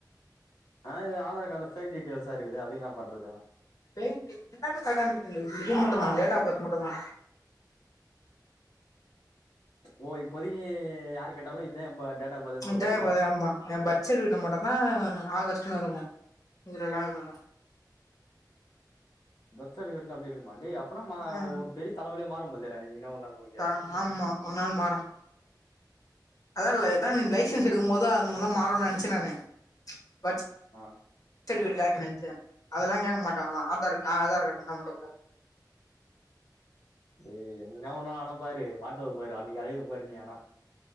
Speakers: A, on the left; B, on the left.
A: ஆனா இது ஆதார் கார்டுல ஃபேக் டீட்டியல்ஸா இருக்குது அதுக்கு என்ன பண்றது
B: ஃபேக் டி எல்லாமே கரெக்டாதா இருக்குது இது மட்டும்தா டேட் ஆஃப் பர்த் மட்டும்தா
A: ஓ இப்போதிக்கு யார் கேட்டாலு இதா எ ப டேட்டா ஆஃப் பர்த்ன்னு சொல்லிருவல
B: டிரைவர் ஆமா எ பர்த் சர்டிஃபிகேட்ல மட்டும்தா ஆகஸ்ட்னு இருக்கு இதுலல்லா இதுதா
A: பர்த் சர்டிபிகேட்ல அப்டி இருக்குமா டேய் அப்பனா மா
B: ம்
A: ஒரு பெரிய தலவலியா மாறும் போலதேடா என்னிகினா ஒரு நாள் உனக்
B: அ ஆமா ஒரு நாள் மாறு அதா இல்ல அதா
A: ஐயோ
B: லைசன்ஸ் எடுக்கும்போது அந்தமாரிதா மாறுனு நெனைச்சே நானு பர்
A: ஆ
B: த் சர்டிபிகேட்ல்லா கேக்குனு நெனச்சே அதெல்லா கேக்க மாட்டாங்களா ஆதார் ஆ ஆதார் கார்டு இருந்தா மட்டு போது
A: டேய் என்னிகினா ஒருநாளு ஆனா பாரு மாட்டுவ பாரு அன்னைக்கு அலைவ பாரு நீ ஆனா